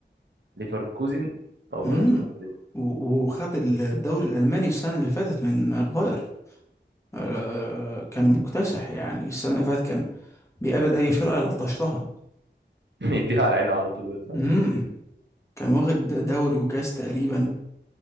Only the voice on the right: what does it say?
ليفركوزن اول
مره اسمع الفريق
ده. <laughs> يديها على عينها على طول ويطلع
فين